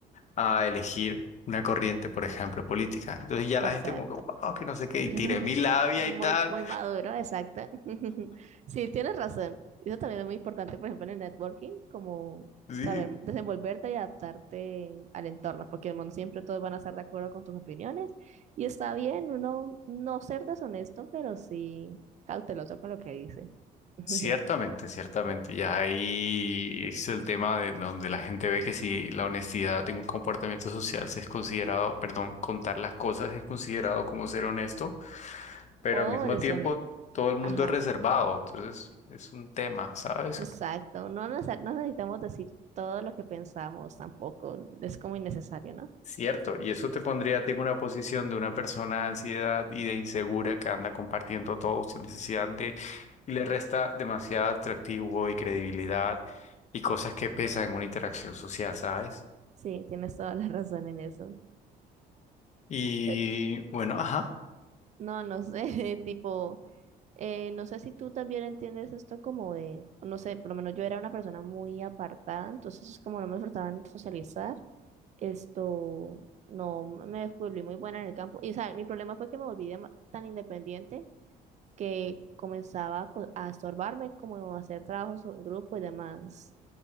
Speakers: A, on the left; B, on the right.
A: a elegir una corriente, por ejemplo, política. Entonces ya la
B: Exacto.
A: gente como que, wow, que no sé qué,
B: <laughs>
A: y tiré mi labia
B: Muy,
A: y tal.
B: muy maduro, exacto. <laughs> Sí, tienes razón. Eso también es muy importante, por ejemplo, en el networking, como
A: Sí,
B: saber desenvolverte y adaptarte al entorno, porque no siempre todos van a estar de acuerdo con tus opiniones. Y está bien uno no ser deshonesto, pero sí cauteloso con lo que dice. <laughs>
A: ciertamente, ciertamente. Ya ahí es el tema de donde la gente ve que si la honestidad de un comportamiento social se es considerado, perdón, contar las cosas es considerado como ser honesto, pero
B: O
A: al mismo
B: deshonesto.
A: tiempo todo el mundo
B: Ajá,
A: es reservado. Entonces es un tema, ¿sabes?
B: exacto. No, nece- no necesitamos decir todo lo que pensamos tampoco. Es como innecesario, ¿no?
A: Cierto, y eso te pondría a ti en una posición de una persona de ansiedad y de insegura que anda compartiendo todo sin necesidad de, y le resta demasiado atractivo y credibilidad y cosas que pesan en una interacción social, ¿sabes?
B: Sí, tienes toda la <laughs> razón en eso.
A: Y
B: Pe-
A: bueno, ajá,
B: No, no sé, <laughs> tipo, eh, no sé si tú también entiendes esto como de, no sé, por lo menos yo era una persona muy apartada, entonces es como no me en socializar, esto, no me volví muy buena en el campo. Y, o sea, mi problema fue que me volví dema- tan independiente que comenzaba a, co- a estorbarme, como a hacer trabajos en grupo y demás.